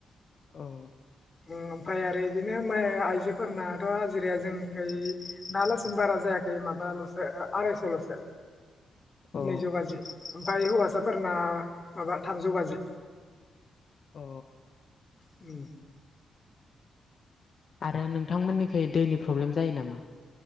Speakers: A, on the left (about 55°); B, on the left (about 30°).
A: औ।
B: ओमफ्राय आरो इदिनो माय आइजोफोरनाथ हाजिराया जोंनिखै ना लासिन बारा जायाखै माबा ओ-ओ आरायस' ल'सो
A: औ
B: नैजौ बाजि ओमफाय हौवा फो फोरना माबा थामजौ बाजि।
A: अ।
B: उम।
A: आरो नोंथांमोननिखै दैनि प्रब्लेम जायो नामा?